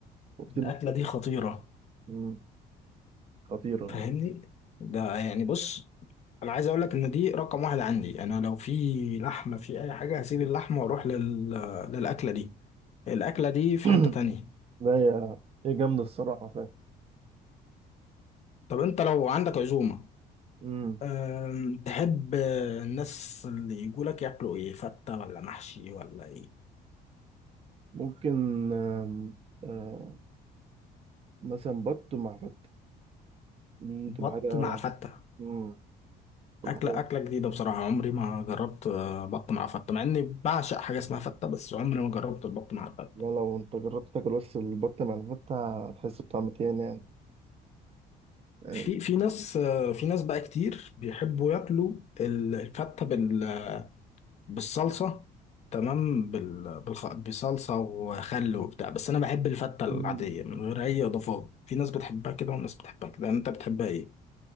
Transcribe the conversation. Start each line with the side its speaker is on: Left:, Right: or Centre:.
Right: وكتير
Left: الاكلة
Right: مش حلوة.
Left: دي خطيرة
Right: أمم. خطيرة
Left: فاهمني ده يعني بص انا عايز اقول لك ان دي رقم واحد عندي انا لو في لحمه في اي حاجه هسيب اللحمه واروح لل... للاكله دي الاكله دي في
Right: <clears throat>
Left: حته تانية
Right: لا هي هي جامدة الصراحة فعلا
Left: طب انت لو عندك عزومه
Right: مم.
Left: أم... تحب الناس اللي يجوا لك ياكلوا ايه فته ولا محشي ولا ايه
Right: ممكن آم، آه، مثلا بط مع فتة دي تبقى
Left: بط
Right: حاجة
Left: مع فته
Right: مم. تبقى
Left: اكله
Right: حاجة
Left: اكله جديده بصراحه عمري ما جربت آه، بط مع فته مع اني بعشق حاجه اسمها فته بس عمري ما جربت البط مع الفته
Right: لا لو انت جربت تاكل بس البط مع الفتة هتحس بطعم تاني يعني يعني
Left: في في ناس في ناس بقى كتير بيحبوا ياكلوا ال- الفتة بال- بالصلصة تمام بال- بالخ- بصلصة وخل وبتاع بس أنا بحب الفتة العادية
Right: مم.
Left: من غير أي إضافات في ناس بتحبها كده وناس بتحبها كده أنت بتحبها إيه؟